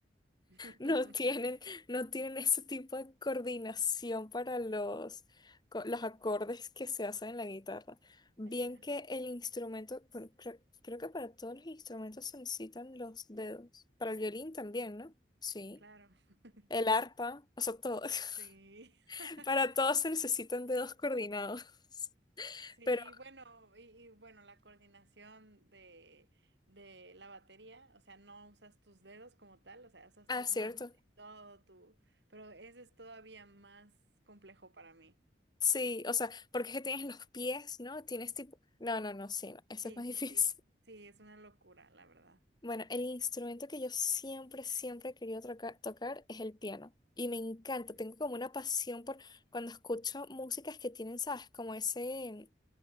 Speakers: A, on the right; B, on the left.
A: <laughs>
B: No tienen, no tienen ese tipo de coordinación para los, co- los acordes que se hacen en la guitarra. Bien
A: Allá,
B: que el instrumento, bueno, cre- creo que para todos los instrumentos se necesitan los dedos. Para el violín también, ¿no? Sí.
A: claro. <laughs>
B: El arpa, o sea, todo.
A: Sí.
B: <laughs>
A: <laughs>
B: Para todos se necesitan dedos coordinados. <laughs>
A: Sí,
B: Pero,
A: bueno, y, y bueno, la coordinación de, de la batería, o sea, no usas tus dedos como tal, o sea, usas
B: ah,
A: tus
B: cierto.
A: manos y todo tu, pero ese es todavía más complejo para mí.
B: Sí, o sea, porque es que tienes los pies, ¿no? Tienes tipo... No, no, no, sí, no. Eso
A: Sí,
B: es más <laughs> difícil.
A: sí, sí, es- sí, es una locura, la verdad.
B: Bueno, el instrumento que yo siempre, siempre he querido troca- tocar es el piano. Y me encanta,
A: Mm.
B: tengo como una pasión por cuando escucho músicas que tienen, ¿sabes? Como ese,